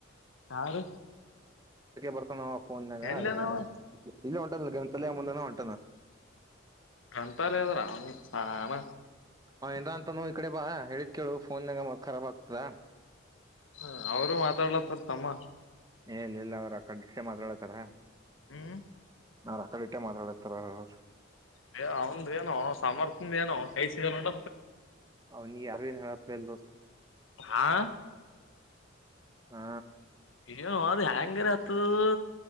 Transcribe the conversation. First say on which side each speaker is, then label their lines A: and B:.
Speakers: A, on the left; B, on the right.
A: ಯಾರ
B: ಬರ್ತಾನ ಆ ಫೋನ್ಾಗ
A: ಎಲ್ಲನವ
B: ಅದಕ ಇಲ್ಲ ಹೊಂಟನ್ ಗ್ರಂಥಾಲಯ ಮುಂದನ ಹೊಂಟಾನ
A: ಗ್ರಂಥಾಲಯ ಅದ್ರ ಅವ ಹಾನ
B: ಹ ಇನ್್ರಾ ಅಂತಾನ ಈ ಕಡೆ ಬಾ ಹೇಳಿದ್ ಕೇಳು ಫೋನ್ ನಾಗ ಖರಬ್ ಆಗ್ತದ
A: ಹ ಅವರುೂ ಮಾತಾಡ್ಲತ್ತರ್ ತಮ್ಮ
B: ಏಲ್ಲಿ ಇಿಲ್ಲ ಅವ್ರ ಕಂಡಕ್ಷ ಮಾತಾಡತಾರ
A: ಹ್ಮ್
B: ನಾ ರಾಕಡೆ ಇಟ್ಟೆ ಮಾತಾಡತಾರ ಅವರು
A: ಅಯ ಅವಂದ ಏನೋ ಸಾಮರ್ಥ್ ಏನೋ ಕೈ ಸಿಗಲ್ಲಂಟ
B: ಅವನಿಗೆ ಯಾರು ಏನ್ ಹೇಳಪ್ ಇಲ್ಲ ದೋಸ್ತ್
A: ಹಾ
B: ಹಾ
A: ನು ಅದು ಹೆ್ಯಾಂಗರಿ ಹತ್ತದ ಅದು